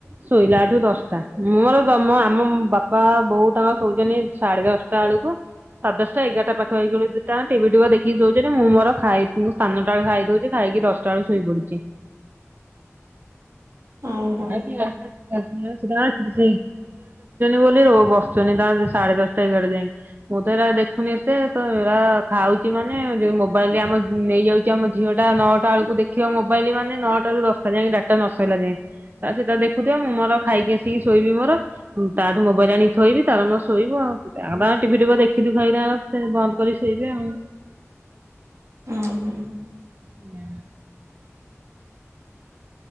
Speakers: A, on the right (about 40°); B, on the right (about 65°).
A: ଶୋଇଲାଠୁ ଦଶଟା ମୋର ତ ଆମ ବାପା ବୋଉ ତାଙ୍କର ଶୋଇଚନ୍ତି ସାଢେ ଦଶଟା ବେଳକୁ। ସାଢ଼େ ଦଶ ଟା ଏଗାରଟା ପାଖା ପାଖି ଦୁଇଟା ଟିଭି ତୁଭା ଦେଖି ଦେଖିଉୁ କି ସୋଉଚନ୍ତି ମୁଁ ମୋର ଖାଇ ଟାଳେ ଖାଇ ଦଉଛି ଖାଇକି ଦୋଉଚି ଦଶ୍ ଟା ବେଳେ ଶୋଇ ପଡୁଚି।
B: ଓହୋ
A: <unintelligible> ଦେଖୁଛନ୍ତି ବୋଲି ର ବସୁଛନ୍ତି ତା ସେ ସାଢେ ଦଶଟା ଏଗଡେ ଯାଇ। ମୁଁ ତ ଏରା ଦେଖୁନି ଏତେ ତ ଏରା ଖାଉଚି ମାନେ ଯି ମୋବାଇଲରେ ଆମ ନେଇଯାଉଚି। ଆମ ଝିଅ ଟା ନଅଟାଳକୁ ଦେଖିବ ମୋବାଇଲ ମାନେ ନଅଟା ରୁ ର ଦଶଟା ଯାକେ ଡାଟା ନ ସଇଲା ଯାଏଁ। ତା ସେ ତାର ଦେଖୁଥିବ ମୁଁ ମୋର ଖାଇକି ଆସିକି ଶୋଇବି ମୋର। ତାଠୁ ମୋବାଇଲି ଆଣି ଥୋଇବି ତାର ମର ଶୋଇବୁ ଆଉ ତା ବା-ଟିଭି ଟୁଭା ଦେଖିଦୁଖା କି ସେ ବନ୍ଦ୍ କରି ଶୋଇବେ ଆଉ।
B: ଉଁ -ହୁଁ।
A: ହୁଁ